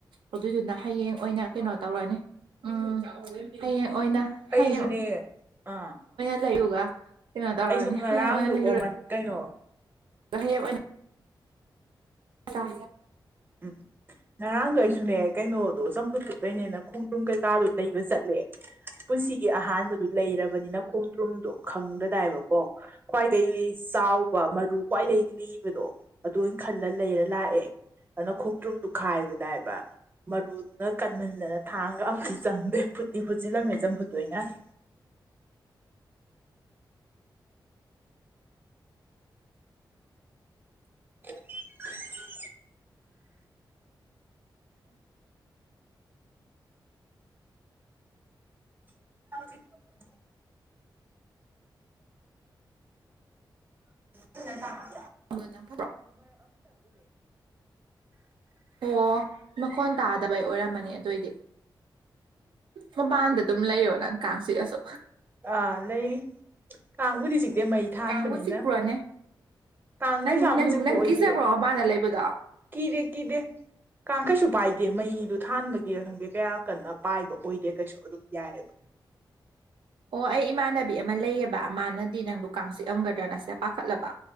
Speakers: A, on the right (about 75°); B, on the right (about 25°).
A: ꯑꯗꯨꯏꯗꯨꯅ ꯍꯌꯦꯡ ꯑꯣꯏꯅ ꯀꯩꯅꯣ ꯇꯧꯔꯅꯤ ꯎꯝ ꯍꯌꯦꯡ ꯑꯣꯏꯅ
B: ꯑꯩꯁꯨꯅꯦ
A: ꯍꯌꯦꯡ
B: ꯑꯥ
A: ꯂꯩꯌꯨꯒ ꯀꯩꯅꯣ ꯇꯧꯔꯛꯅꯤ
B: ꯑꯩꯁꯨ ꯉꯔꯥꯡꯗꯣ
A: ꯍꯌꯦꯡ ꯑꯣꯏꯅ ꯂꯩꯔꯨꯔꯦ
B: ꯀꯣꯃꯟ ꯀꯩꯅꯣ
A: ꯀꯅꯤ ꯑ
B: ꯎꯝ ꯉꯔꯥꯡꯗꯣ ꯑꯩꯁꯨꯅꯦ ꯀꯩꯅꯣꯗꯣ ꯆꯝꯐꯨꯠꯇ ꯑꯗꯨꯣꯏꯅꯦꯅ ꯈꯣꯡꯗ꯭ꯔꯨꯝ ꯀꯩꯀꯥꯗꯨꯣ ꯂꯩꯕ ꯆꯠꯂꯦ ꯄꯨꯟꯁꯤꯒꯤ ꯑꯍꯥꯟꯕꯗꯨ ꯂꯩꯔꯕꯅꯤꯅ ꯈꯣꯡꯗ꯭ꯔꯨꯝꯗꯣ ꯈꯪꯒꯗꯥꯏꯕꯀꯣ ꯈ꯭ꯋꯥꯏ ꯑꯩ ꯆꯥꯎꯕ ꯃꯔꯨ ꯈ꯭ꯋꯥꯏꯗꯒꯤꯩ ꯂꯤꯕꯗꯣ ꯑꯗꯨ ꯑꯣꯏꯅ ꯈꯜꯂ ꯂꯩꯔ ꯂꯥꯛꯑꯦ ꯑꯗꯨꯅ ꯈꯣꯡꯗ꯭ꯔꯨꯝꯗꯨ ꯈꯥꯏꯕꯗꯥꯏꯕ ꯃꯔꯨꯗꯨꯅ ꯀꯟꯃꯟꯗꯅ ꯊꯥꯡꯒ ꯑꯝꯁꯨ ꯆꯪꯗꯦ ꯐꯨꯠꯇꯤ ꯐꯨꯠꯆꯤꯜꯂꯝꯃꯦ ꯆꯪꯐꯨꯠꯇꯣꯏꯅ <inaudible> <inaudible> <inaudible> ꯅꯗ
A: ꯐ ꯑꯣ ꯃꯈꯣꯟ ꯇꯥꯗꯕꯩ ꯑꯣꯏꯔꯝꯃꯅꯤ ꯑꯗꯨꯑꯣꯏꯗꯤ ꯃꯄꯥꯟꯗ ꯑꯗꯨꯝ ꯂꯩꯌꯣ ꯅꯪ ꯀꯥꯡꯁꯤꯒꯁꯨ
B: ꯑꯥ ꯂꯩꯔꯤ ꯀꯥꯡꯕꯨꯗꯤ ꯆꯤꯛꯇꯤ ꯃꯩ ꯊꯥꯟꯕꯅꯤꯅ
A: ꯀꯥꯡꯕꯨ ꯆꯤꯛꯄ꯭ꯔꯣꯅꯦ
B: ꯀꯥꯡꯈꯩꯁ
A: ꯅꯪ
B: ꯌꯥꯝ
A: ꯅꯪ
B: ꯆꯤꯄꯣꯛ
A: ꯅꯪ
B: ꯑꯣꯏꯗꯦ
A: ꯀꯤꯖꯕ꯭ꯔꯣ ꯃꯄꯥꯟꯗ ꯂꯩꯕꯗꯣ
B: ꯀꯤꯗꯦ ꯀꯤꯗꯦ ꯀꯥꯡꯈꯩꯁꯨꯨꯞ ꯄꯥꯏꯗꯦ ꯃꯩꯗꯨ ꯊꯥꯟꯕꯒꯤ ꯈꯪꯗꯦ ꯀꯌꯥ ꯀꯟꯅ ꯄꯥꯏꯕ ꯑꯣꯏꯗꯦ ꯀꯩꯁꯨ ꯑꯗꯨꯝ ꯌꯥꯏꯑꯕ <inaudible>
A: ꯑꯣ ꯑꯩ ꯏꯃꯥꯟꯅꯕꯤ ꯑꯃ ꯂꯩꯑꯕ ꯃꯥꯅꯗꯤ ꯅꯪ ꯀꯥꯡ ꯆꯤꯛꯑꯝꯒꯗ꯭ꯔꯥ ꯅꯁꯦ ꯄꯥꯈꯠꯂꯕ